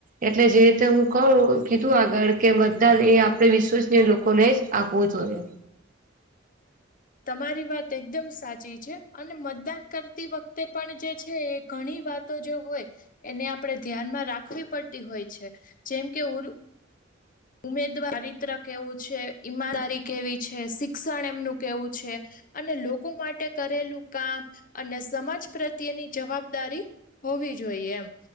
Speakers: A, on the right (about 40°); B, on the left (about 40°).
A: એટલે જે રીતે હું કહું કીધું આગળ કે મતદાન એ આપણને વિશ્વસય લોકોને જ આપવો જોઈએ.
B: તમારી વાત એકદમ સાચી છે અને મતદાન કરતી વખતે પણ જે છે ઘણી વાતો જો હોય એને આપણેે ધ્યાનમાં રાખવી પડતી હોય છે જેમ કે <unintelligible> ઉમેદવારી ચરિત્ર કેવું છે, ઈમાનદારી કેવી છે, શિક્ષણ એમનું કેવું છે અને લોકો માટે કરેલું કામ અને સમાજ પ્રત્યેની જવાબદારી હોવી જોઈએ એમ.